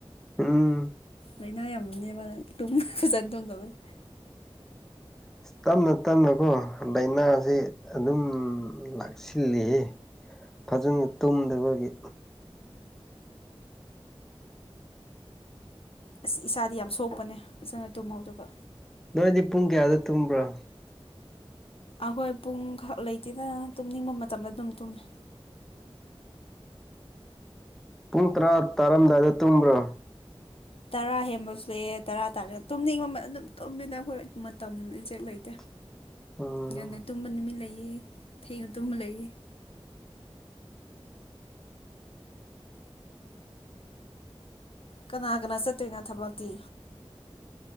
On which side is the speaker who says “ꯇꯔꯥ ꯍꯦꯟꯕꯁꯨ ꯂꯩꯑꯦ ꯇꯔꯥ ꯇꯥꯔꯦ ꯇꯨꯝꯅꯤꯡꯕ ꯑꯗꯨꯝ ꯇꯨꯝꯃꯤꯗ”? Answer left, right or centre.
Left